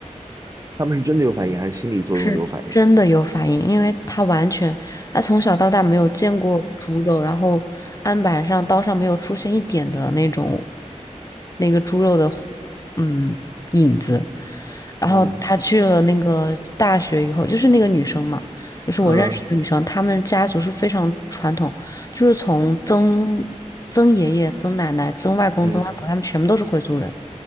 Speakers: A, on the right; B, on the left.
A: 他们是真的有反应，还是心理作用的有反应？
B: 是，真的有反应，因为他完全他从小到大没有见过猪肉，然后案板上刀上没有出现一点的那种那个猪肉的糊嗯影子，然后他去了那个大学以后，
A: 嗯
B: 就是那个女生嘛，就是我认识一个女生，
A: 嗯，
B: 她们家族是非常传统，就是从曾曾爷爷、曾奶奶、曾外公、
A: 嗯
B: 曾外婆，他们全部都是回族人。